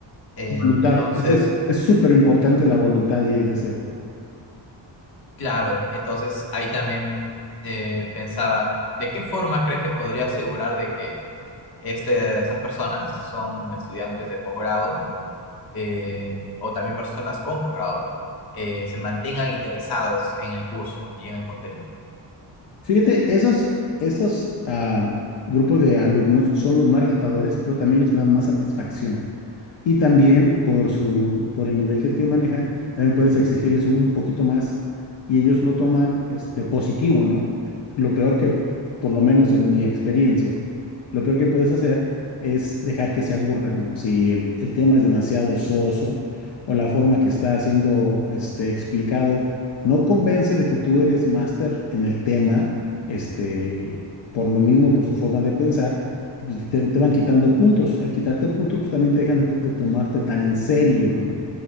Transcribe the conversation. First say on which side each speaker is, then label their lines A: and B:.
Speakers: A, on the left; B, on the left.
A: Entonces
B: voluntad. Ese es es súper importante la voluntad y el deseo.
A: Claro, entonces ahí también eh, pensaba, ¿de qué forma crees que podría asegurar de que este, esas personas son estudiantes de posgrado eh, o también personas con posgrado eh, se mantengan interesados en el curso y en el contenido?
B: Fíjate, esos, esos ah, grupos de alumnos son los más retadores, pero también los que dan más satisfacción. Y también por su, por el nivel que, que manejan, también puedes exigirles un poquito más y ellos lo toman este, positivo, ¿no? Lo peor que, por lo menos en mi experiencia, lo peor que puedes hacer es dejar que se aburran, ¿no? Si el, el tema es demasiado soso o la forma que está siendo este, explicado no convence de que tú eres máster en el tema, este, por lo mismo, por su forma de pensar pues, te, te van quitando puntos. Al quitarte puntos, pues también te dejan de, de tomarte tan en serio, ¿no?